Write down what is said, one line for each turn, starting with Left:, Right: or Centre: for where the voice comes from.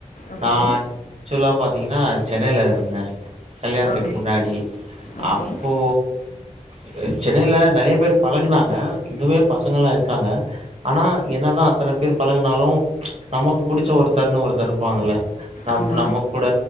Left: ஓகே
Right: நா ஆக்சுவலா பாத்தீங்கனா சென்னனல இருந்தே கல்யாணத்துக்கு
Left: ஆ
Right: முன்னாடி
Left: ஓகே
Right: அப்போ இப்போ சென்னைல நெறைய பேர் பழகுனாங்க இன்னுமே பசங்கள்லா இருக்காங்க ஆனா என்னதா அத்தன பேர் பழகுனாலு நமக்கு புடிச்ச ஒருத்தர்ன்னு ஒருத்தர் இருப்பாங்கல்ல நம்
Left: ஆமா
Right: நம்ம கூட